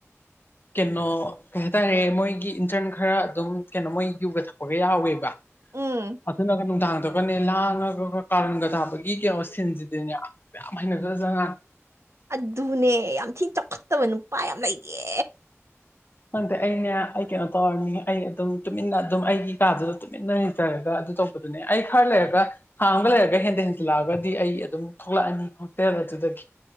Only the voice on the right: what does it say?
ꯎꯝ
ꯑꯗꯨꯅꯦ ꯌꯥꯝ ꯊꯤꯅ ꯆꯥꯎꯈꯠꯇꯕ ꯅꯨꯄꯥ ꯌꯥꯝ ꯂꯩꯇꯦ